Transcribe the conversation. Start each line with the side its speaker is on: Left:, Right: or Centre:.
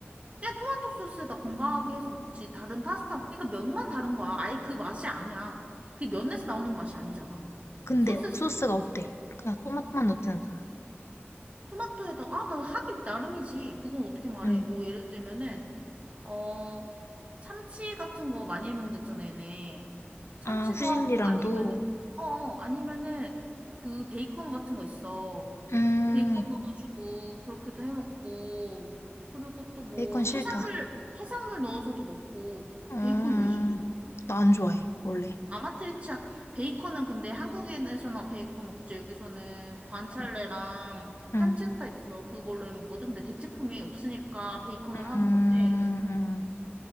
Right: 그냥 토마토 소스에다 건강하게 해서 먹지. 다른 파스타. 그러니까 면만 다른 거야. 아예 그 맛이 아니야. 그 면에서 나오는 맛이 아니잖아.
Left: 근데
Right: 소스에서
Left: 소스가
Right: 나오는 맛이.
Left: 어때? 그냥 토마토만 넣진 않잖아.
Right: 토마토에다 아, 나 하기 나름이지. 그건 어떻게 말해?
Left: 응.
Right: 뭐 예를 들면은 어, 참치 같은 거 많이 해먹는댔잖아, 얘네. 참치도
Left: 아, 후질리랑도,
Right: 하고, 아니면은, 어, 어, 아니면은, 그 베이컨 같은 거 있어.
Left: 음,
Right: 베이컨 넣어가지고, 그렇게도 해먹고, 그리고 또 뭐,
Left: 베이컨 싫다.
Right: 해산물, 해산물 넣어서도 먹고,
Left: 음,
Right: 베이컨이 왜 싫어?
Left: 나 안 좋아해, 원래.
Right: 아마트리치아, 베이컨은 근데 한국에서나 베이컨 먹지, 여기서는 관찰레랑
Left: 응,
Right: 판체타
Left: 응,
Right: 있어. 그걸로 해먹거든. 근데 대체품이 없으니까 베이컨으로 하는
Left: 음...
Right: 건데,
Left: 음...